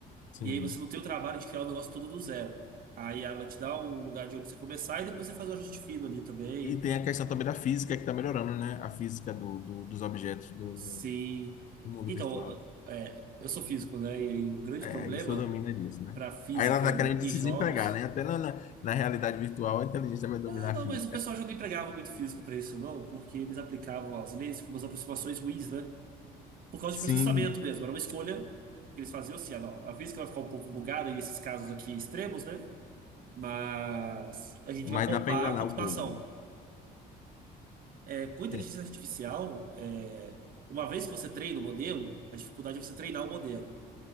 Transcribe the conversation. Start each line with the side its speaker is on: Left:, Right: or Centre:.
Left: Sim.
Right: E aí você não tem o trabalho de criar o negócio todo do zero. Aí ela te dá um lugar de onde você começar e depois você faz o ajuste fino ali também.
Left: E tem a questão também da física que está melhorando, né? A física do, do- dos objetos do,
Right: Se.
Left: do mundo
Right: Então,
Left: virtual.
Right: é, eu sou físico, né? E aí o grande
Left: É,
Right: problema
Left: isso domina disso, né?
Right: para física
Left: Aí ela está querendo
Right: e
Left: se
Right: jogos.
Left: desempregar, né? Até na, na, na realidade virtual, a inteligência vai dominar
Right: Ah, não,
Left: a física.
Right: mas o pessoal já não empregava muito físico para isso, não, porque eles aplicavam as leis com umas aproximações ruins, né? Por causa
Left: Sim,
Right: de processamento mesmo. Era uma escolha que eles faziam assim: ah, não, a física vai ficar um pouco bugada em esses casos aqui extremos, né? Mas a gente
Left: mas
Right: vai poupar
Left: dá para enganar
Right: a computação.
Left: o povo.
Right: É, com inteligência
Left: É,
Right: artificial, é, uma vez que você treina o modelo, a dificuldade é você treinar o modelo.